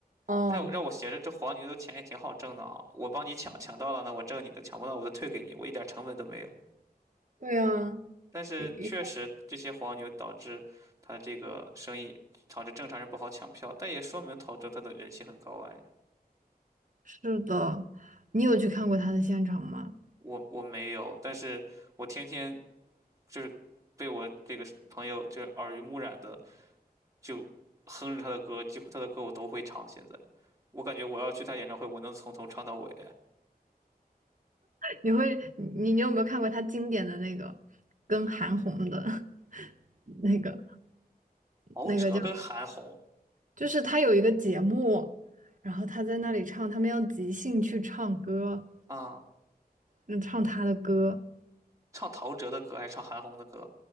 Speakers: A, on the right (about 55°); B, on the right (about 20°).
A: 哦，
B: 但让我觉着这黄牛的钱也挺好挣的啊，我帮你抢，抢到了呢我挣你的，抢不到我就退给你，我一点成本都没有。
A: 对啊，
B: 但是确实这些黄牛导致他这个生意导致正常人不好抢票，
A: 也也
B: 但也说明陶喆他的人气很高哎。
A: 是的。你有去看过他的现场吗？
B: 我我没有，但是我天天就是被我这个朋友就是耳濡目染的就哼着他的歌，几乎他的歌我都会唱。现在，我感觉我要去他演唱会，我能从头唱到尾。
A: 你会你你有没有看过他经典的那个跟韩红的 <laughs> 那个
B: 陶喆跟韩红
A: 那个叫，就是他有一个节目，然后他在那里唱，他们要即兴去唱歌，
B: 啊，
A: 嗯，唱他的歌，
B: 唱陶喆的歌还是唱韩红的歌？